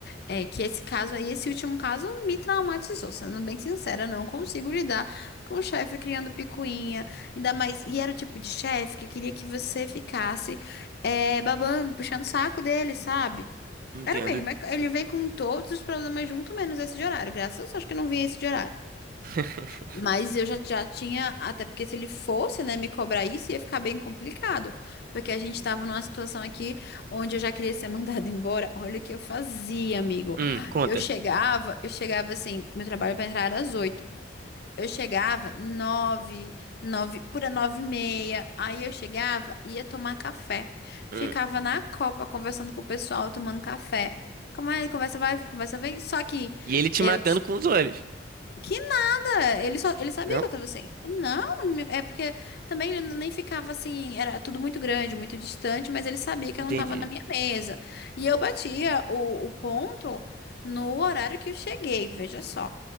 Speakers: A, on the left; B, on the right.
A: É que esse caso aí, esse último caso, me traumatizou. Sendo bem sincera, não consigo lidar com o chefe criando picuinha. Ainda mais. E era o tipo de chefe que queria que você ficasse é, babando, puxando o saco dele, sabe?
B: entendo.
A: Era mesmo. é- Ele vem com todos os problemas junto, menos esse de horário. Graças a Deus, acho que não vinha esse de horário.
B: <laughs>
A: Mas eu já, já tinha, até porque se ele fosse, né, me cobrar isso, ia ficar bem complicado. Porque a gente tava numa situação aqui onde eu já queria ser <laughs> mandada embora. Olha o que eu fazia, amigo.
B: Hum, conta.
A: Eu chegava, eu chegava assim, meu trabalho para entrar era às oito. Eu chegava nove, nove, pura nove e meia. Aí eu chegava, ia tomar café. Ficava
B: Hum.
A: na copa, conversando com o pessoal, tomando café. Como é, conversa vai, conversa vem. Só que
B: E ele te
A: eu
B: matando com os olhos.
A: que nada, ele só, ele sabia
B: Não?
A: que eu tava assim. Não, é porque também ele nem ficava assim, era tudo muito grande, muito distante, mas ele sabia que
B: Entendi.
A: eu não tava na minha mesa. E eu batia o, o ponto no horário que eu cheguei, veja só.